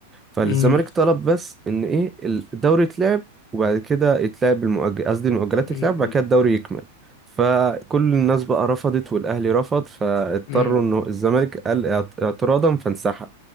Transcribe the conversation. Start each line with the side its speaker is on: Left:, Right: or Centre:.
Right: فالزمالك
Left: امم
Right: طلب بس ان ايه الدوري يتلعب وبعد كده يتلعب المؤجل قصدي المؤجلات تتلعب
Left: امم
Right: وبعد كده الدوري يكمل فكل الناس بقى رفضت والاهلي رفض فاضطروا
Left: امم
Right: انه الزمالك قال اعت- اعتراضا فانسحب